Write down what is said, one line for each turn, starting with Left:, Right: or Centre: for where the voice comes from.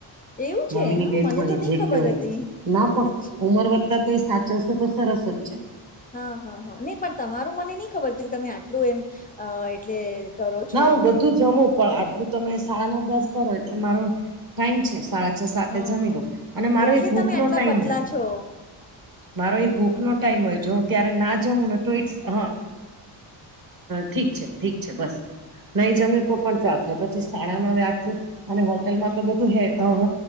Left: એવું છે
Right: મમ્મીની
Left: હા
Right: બેન
Left: મને
Right: પણણી
Left: તો નહી
Right: જે
Left: ખબર
Right: કયોય
Left: હતી
Right: ના પણ
Left: અચ્છા
Right: ઉમર વધ તોય સાચવસે તો સરસ જ.
Left: હા હા હા નહી પણ તમારું મને નહી ખબર હતી કે તમે આટલું એમ એટલે કરો છો
Right: ના હું
Left: એમ
Right: બધું જમું પણ આટલું તમે સાડા નવ દસ કરો એટલે મારો ટાઈમ છે સાડા ચ્છા સાથે
Left: હા
Right: જમી લો અને મારો
Left: એટલે
Right: એ ભૂખ
Left: તમે
Right: નો
Left: આટલા
Right: ટાઈમ
Left: પતલા
Right: હોય
Left: છો
Right: મારો એ ભૂખ નો ટાઈમ હોય જો હું ત્યારે ના જમું ને તો ઇટ્સ હ ઠીક છે ઠીક છે બસ નહી
Left: હા
Right: જમે
Left: હા
Right: તો પણ ચાલસે પછી સાડામા <unintelligible> અને હોટેલમાં તો બધું હે અહ